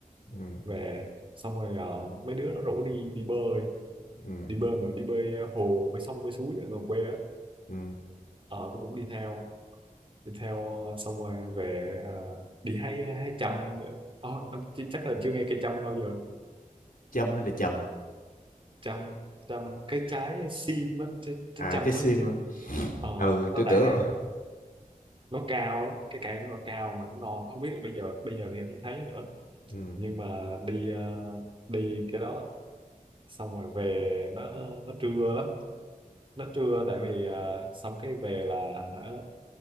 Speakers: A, on the left (about 80°); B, on the right (about 40°).
A: ừ
B: về xong rồi ờ, mấy đứa nó rủ đi đi bơi
A: ừ,
B: đi bơi mà đi bơi ờ, hồ bơi sông bơi suối ở ngoài quê á
A: ừ.
B: ờ tôi cũng đi theo đi theo ờ, xong rồi về à, đi hay hay chăm nữa. ờ, ờ, chứ chắc là chưa nghe cây chăm bao giờ đúng không?
A: chăm hay là chầm
B: chăm chăm cái trái sim á trái, trái
A: à
B: chăm
A: trái sim
B: á chứ
A: hả?
B: ờ
A: ừ
B: nó
A: tôi
B: đại
A: tưởng
B: khái là nó cao lắm cái cây nó cao mà nó ngon không biết là bây giờ bây giờ thì không thấy nữa
A: ừ.
B: nhưng mà đi ờ, đi cái đó xong rồi về nó nó trưa lắm nó trưa tại vì à, xong cái về là hả,